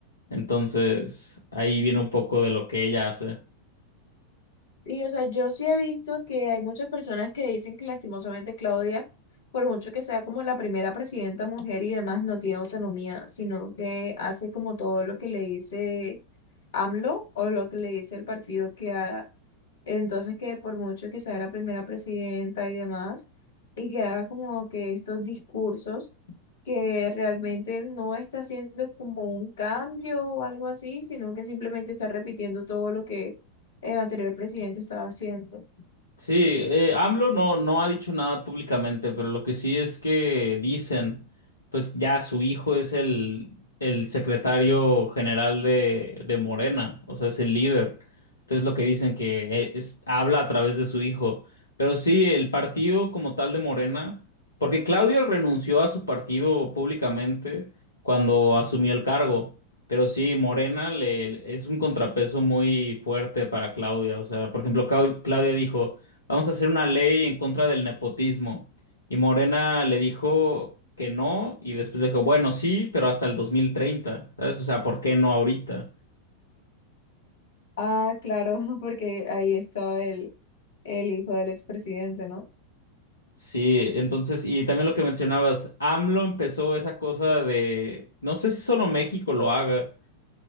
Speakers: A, on the left (about 75°); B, on the left (about 60°).
A: Entonces, ahí viene un poco de lo que ella hace.
B: Y, o sea, yo sí he visto que hay muchas personas que dicen que lastimosamente Claudia, por mucho que sea como la primera presidenta mujer y demás, no tiene autonomía, sino que hace como todo lo que le dice AMLO o lo que le dice el partido que haga entonces, que por mucho que sea la primera presidenta y demás, y que haga como que estos discursos que realmente no está haciendo como un cambio o algo así, sino que simplemente está repitiendo todo lo que el anterior presidente estaba haciendo.
A: Sí, eh, AMLO no, no ha dicho nada públicamente, pero lo que sí es que dicen, pues ya su hijo es el, el secretario general de, de Morena, o sea, es el líder. Entonces lo que dicen que eh, es- habla a través de su hijo. Pero sí, el partido como tal de Morena, porque Claudia renunció a su partido públicamente cuando asumió el cargo. Pero sí, Morena le, es un contrapeso muy fuerte para Claudia. O sea, por ejemplo, Cau- Claudia dijo vamos a hacer una ley en contra del nepotismo. Y Morena le dijo que no, y después le dijo, bueno, sí, pero hasta el 2030, ¿sabes? O sea, ¿por qué no ahorita?
B: Ah, claro, <laughs> porque ahí estaba el, el hijo del expresidente, ¿no?
A: Sí, entonces, y también lo que mencionabas, AMLO empezó esa cosa de, no sé si solo México lo haga,